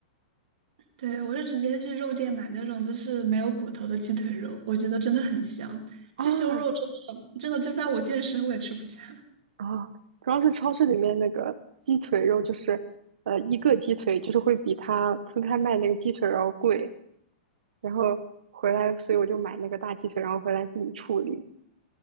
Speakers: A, on the right; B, on the right.
A: 对，我是直接去肉店买那种就是没有骨头的鸡腿肉，我觉得真的很香。
B: 啊
A: 鸡胸肉真的真的，就算我健身我也吃不下
B: 啊，主要是超市里面那个鸡腿肉，就是呃一个鸡腿就是会比它分开卖那个鸡腿要贵，然后回来，所以我就买那个大鸡腿，然后回来自己处理